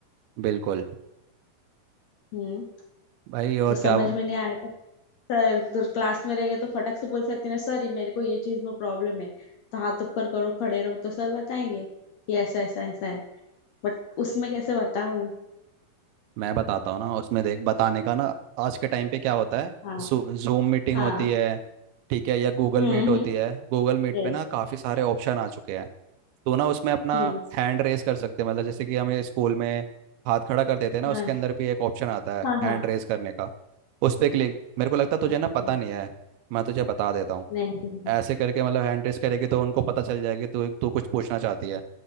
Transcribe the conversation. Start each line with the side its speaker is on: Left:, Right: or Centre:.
Right: बिल्कुल
Left: हम्म
Right: भाई और
Left: तो समझ
Right: क्या
Left: में नहीं आया तो सर तो क्लास में रहेंगे तो फटक से बोल सकते हैं सर ये मेरे को ये चीज में प्रॉब्लम है तो हाथ ऊपर करो खड़े रहो तो सर बताएंगे कि ऐसा ऐसा ऐसा है बट उसमें कैसे बताऊं
Right: मैं बताता हूँ ना उसमें देख बताने का ना आज के टाइम पे क्या होता है
Left: हाँ
Right: जू, जूम मीटिंग
Left: हाँ
Right: होती है ठीक है या गूगल
Left: हम्म
Right: मीट होती
Left: हम्म
Right: है गूगल मीट
Left: यस
Right: पे ना काफ़ी सारे ऑप्शन आ चुके हैं तो ना उसमें अपना
Left: हम्म
Right: हैंड रेस कर सकते हैं मतलब जैसे कि हमें स्कूल में हाथ खड़ा कर देते हैं ना
Left: हाँ
Right: उसके अंदर भी एक ऑप्शन आता है
Left: हाँ
Right: हैंड
Left: हाँ
Right: रेस करने का उस पर क्लिक मेरे को लगता है तुझे
Left: अच्छा
Right: ना पता
Left: अच्छा
Right: नहीं है मैं तुझे बता देता हूँ
Left: नहीं नहीं,
Right: ऐसे करके मतलब हैंड रेस करेगी तो उनको पता चल जाएगी तू तू कुछ पूछना चाहती है